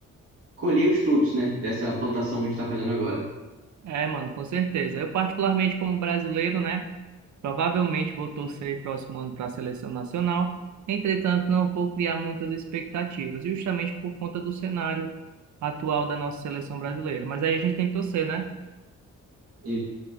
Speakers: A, on the right (about 45°); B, on the right (about 65°).
A: colher os frutos, né, dessa plantação que a gente está fazendo agora.
B: É, mano, com certeza. Eu particularmente como brasileiro, né, provavelmente vou torcer próximo ano para a seleção nacional. Entretanto, não vou criar muitas expectativas, justamente por conta do cenário atual da nossa seleção brasileira. Mas aí a gente tem que torcer, né?
A: E